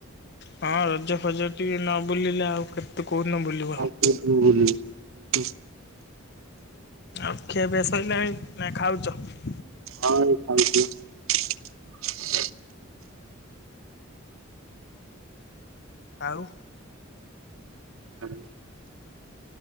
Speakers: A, on the left; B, on the right.
A: ହଁ ରଜ ଫଜ ଟି ନ ବୁଲିଲେ ଆଉ କେତେ? କୋଉଦିନ ବୁଲିବ
B: ଆଉ କୋଉଦିନ ବୁଲିବୁ ଉଁ।
A: ଆଉ ଖିଆ ପିଆ ସରିଲାହେଲାାଣି ନା ଖାଉଛି <inaudible>
B: ହଁଇ ଖାଉଛି ।
A: ଆଉ।
B: <inaudible>